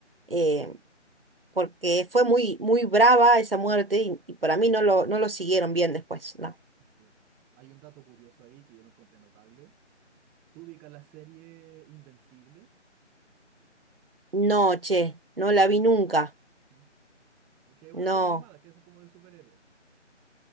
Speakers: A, on the right; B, in the centre.
A: eh,
B: sí,
A: porque fue muy, muy brava esa muerte y, y para mí no lo, no lo siguieron bien después. No.
B: sí. Hay un dato curioso ahí que yo lo encontré notable. Tú ubicas la serie Invencible,
A: No, che, no la vi nunca.
B: ¿no? Que es una
A: No.
B: serie animada, que es como de superhéroes.